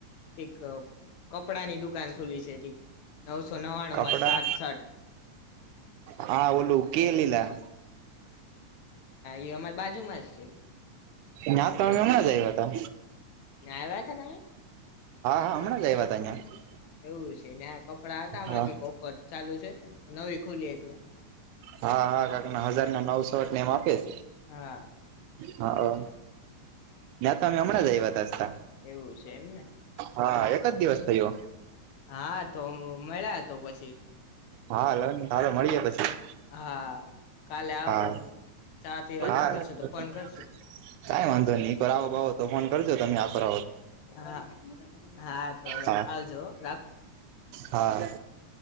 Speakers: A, on the left; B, on the right.
A: એક કપડાની દુકાન ખુલ્લી છે, નવસો નવાણું
B: કપડા
A: માં સાત શર્ટ
B: હા ઓલું કે લિલા
A: ઇ અમાર બાજુમાંજ છે.
B: ના તો હમણાં જ આયવતા
A: ન્યા‌ આયવા છે ને?
B: હા હમણાં જ આવ્યા હતા ત્યાં
A: એવું છે, ને કપડા હતા હમણા
B: હા
A: <unintelligible> ચાલુ છે. ને નવી ખુલી એટલે
B: હા હા કાક ના હજારના નવ શર્ટ ને એમ આપેસ
A: હા
B: હા ન્યા તો અમે હમણાં જ આવ્યા જ તાતા
A: એવું છે એમને
B: હા એક જ દિવસ થયો.
A: હા તો મળયા તો પછી
B: હા લન હાલો મળયે પછી
A: હા કાલે આવો
B: હા
A: ચા પીવા
B: હા.
A: નીકળશું
B: કાઈ
A: તો ફોન કરશું
B: વાંધો ની ઇ કોર આવો બાવો તો ફોન કરજો તમે આ કોર
A: હા હા તો
B: હા
A: આવજો રા
B: હા